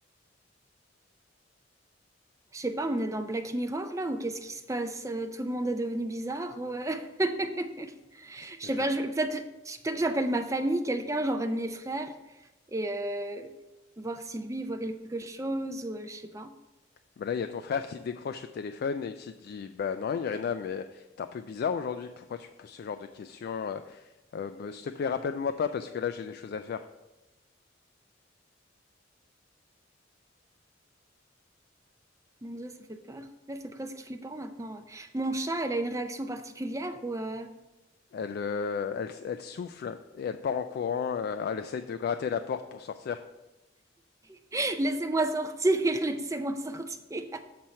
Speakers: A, on the right; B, on the left.
A: Je sais pas, on est dans Black Mirror là ou qu'est-ce qui se passe? Euh, Tout le monde est devenu bizarre? ou, euh, <laughs> Je
B: Je-
A: sais pas, je- peut-être peut-être j'appelle ma famille, quelqu'un, genre un de mes frères, et euh, voir si lui il voit quelque chose ou euh, je sais pas.
B: ben là, il y a ton frère qui décroche le téléphone et qui dit Bah non, Irina, mais t'es un peu bizarre aujourd'hui, pourquoi tu me poses ce genre de questions Euh, euh, bah, S'il te plaît, rappelle-moi pas parce que là, j'ai des choses à faire.
A: Mon Dieu, ça fait peur. Là, c'est presque flippant maintenant. Mon chat, elle a une réaction particulière ou euh,
B: Elle, euh, elle, elle souffle et elle part en courant. euh, elle essaye de gratter la porte pour sortir.
A: <laughs> Laissez-moi sortir, <laughs> laissez-moi sortir.